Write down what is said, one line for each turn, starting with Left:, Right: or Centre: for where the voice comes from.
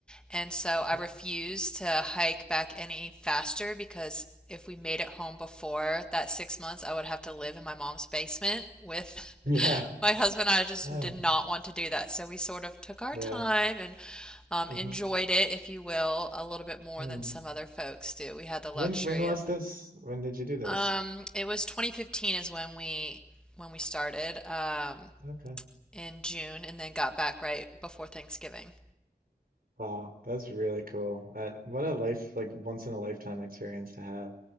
Centre: and so
Right: Okay.
Centre: I refused to hike back any faster because if we made it home before that six months, I would have to live in my mom's basement with
Right: Yeah.
Centre: my husband and I just
Right: Oh,
Centre: did not want to do that, so we sort of took our
Right: yeah.
Centre: time and um,
Right: hmm
Centre: enjoyed it, if you will, a little bit more
Right: Hmm.
Centre: than some other folks do. We had the luxury
Right: When when was
Centre: of
Right: this? When did you do this?
Centre: that. Um, it was 2015 is when we when we started um,
Right: Okay.
Centre: in June and then got back right before Thanksgiving.
Right: Wow, that's really cool. Uh, what a life like once in a lifetime experience to have.